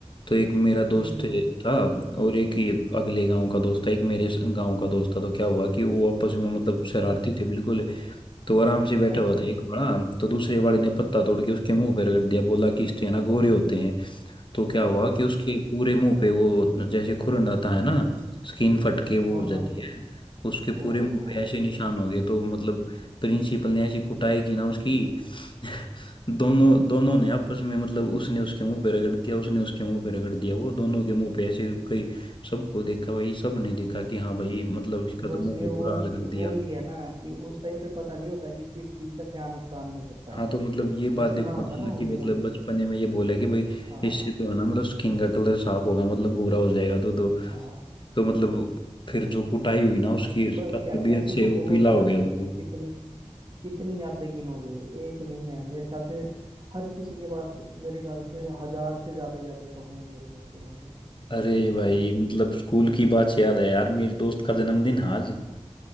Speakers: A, on the left (about 45°); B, on the right (about 45°).
A: तो एक मेरा दोस्त
B: हम्म हम्म,
A: था और एक ही अगले गांव का दोस्त था एक मेरे गांव का दोस्त था तो क्या हुआ कि वो आपस में मतलब शरारती
B: ठीक है
A: थे बिल्कुल तो आराम से बैठा
B: अच्छा
A: हुआ था
B: जी
A: एक बड़ा तो दूसरे वाले ने पत्ता तोड़ के उसके मुंह पे रगड़ दिया बोला कि इससे ना गोरे होते हैं तो क्या हुआ कि उसके पूरे मुंह पे वो जैसे खुरन आता है ना स्किन फट के वो
B: हाँ
A: हो जाती
B: हाँ
A: है उसके पूरे
B: ओहो
A: मुंह पे ऐसे निशान हो गए तो मतलब प्रिंसिपल ने ऐसी कुटाई की ना उसकी <laughs> दोनों दोनों ने आपस में मतलब उसने उसके मुंह पे रगड़ दिया उसने उसके मुंह पे रगड़ दिया वो दोनों के मुंह पे ऐसे कई सबको देखा भाई सब ने देखा कि हाँ भाई मतलब इसका तो
B: बस
A: मुंह
B: ये
A: का बुरा
B: वही
A: हाल
B: चीज
A: कर दिया
B: वो ही है ना कि उस टाइम पे पता नहीं होता कि किस चीज का क्या नुकसान हो सकता
A: हाँ
B: है
A: तो मतलब ये
B: बचपना
A: बात देखो
B: होता
A: ना
B: ना
A: कि
B: उन
A: मतलब
B: दिनों में
A: बचपने में ये बोला कि भाई
B: हाँ
A: इससे तो है ना मतलब स्किन का कलर साफ होगा मतलब भूरा हो जाएगा तो तो
B: हाँ
A: तो मतलब फिर जो कुटाई हुई ना उसकी
B: हाँ बट
A: तबीयत
B: यार ऐसे
A: से
B: तो
A: वो
B: बहुत
A: पीला
B: यादें
A: हो गया था
B: हैं कितनी कितनी यादें गिनोगे एक नहीं है मेरे ख्याल से हर किसी के पास मेरे ख्याल से हजार से ज्यादा यादें तो होंगी अपने स्कूलों की
A: अरे भाई
B: है ना
A: मतलब स्कूल की बात से याद है यार मेरे दोस्त का जन्मदिन है आज